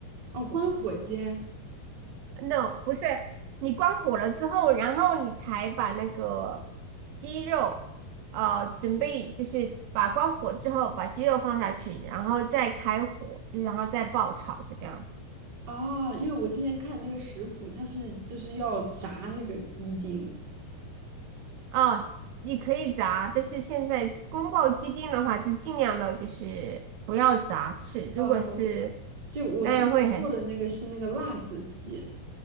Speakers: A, on the right (about 35°); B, on the right (about 80°).
A: 哦，关火煎
B: No，不是，你关火了之后，然后你才把那个鸡肉，呃，准备就是把关火之后把鸡肉放下去，然后再开火，就是然后再爆炒这个样子。
A: 啊，因为我之前看那个食谱，它是就是要炸那个鸡丁。
B: 哦，你可以炸，但是现在宫爆鸡丁的话，就尽量的就是不要炸翅，
A: 哦，
B: 如果是
A: 就我之前做的那个是那个辣子鸡。
B: 那样会很。